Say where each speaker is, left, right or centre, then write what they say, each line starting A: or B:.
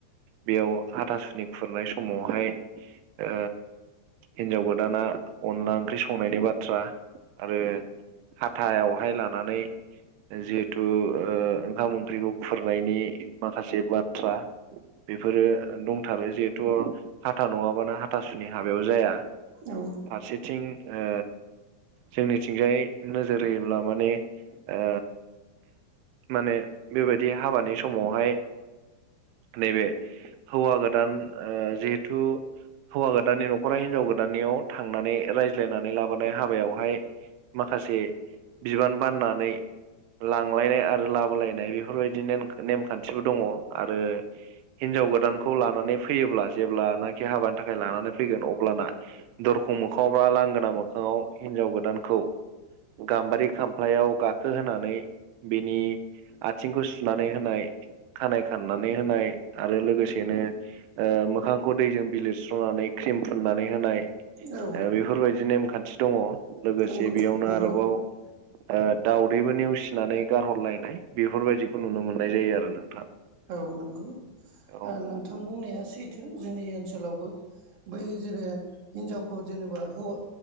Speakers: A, on the right; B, on the right.
A: बेयाव हाथसुनि खुरनाय समावहाय ओ हिन्जाव गोदाना अनला ओंख्रि संनायनि बाथ्रा आरो हथायावहाय लानानै जिहेथु ओ ओंखाम ओंख्रिखौ खुरनायनि माखासे बाथ्रा बेफोरो दंथारो जिहेथु हाथा नङाबानो हाथासुनि हाबायाव जाया
B: औ
A: फारसेथिं ओ जोंनिथिंजाय नोजोर होयोब्ला माने ओ माने बेबायदि हाबानि समावहाय नैबे हौवा गोदान ओ जिहेथु हौवा गोदाननि न'खरा हिनजाव गोदाननियाव थांनानै रायज्लायनानै लाबोनाय हाबायावहाय माखासे बिबान बाननानै लांलायनाय आरो लाबोलायनाय बेफोरबायदि ने नेमखान्थिबो दङ आरो हिनजाव गोदानखौ लानानै फैयोब्ला जेब्लानाखि हाबानि थाखाय लानानै फैगोन अब्लाना दरखं मोखावबा लांगोना मोखाङाव हिनजाव गोदानखौ गाम्बारि खामफ्लायाव गाखोहोनानै बिनि आथिंखौ सुनानै होनाय खानाइ खाननानै होनाय आरो लोगोसेनो ओ मोखांखौ दैजों बिलिरस्रनानै क्रिम फुननानै होनाय। ओ
B: औ
A: बेफोरबायदि नेमखान्थि दङ लोगोसे
B: नंगौ
A: बेयावनो
B: नंगौ
A: आरोबाव ओ दावदैबो नेवसिनानै गारहरलायनाय बेफोरबायदिखौ नुनो मोननाय जायो आरो नोंथां।
B: औ नंगौ
A: औ
B: ओ नोंथां बुंनाया सैथो जोंनि ओसोल लावबो बै जेरै हिनजावखौ जेनेबा हौवा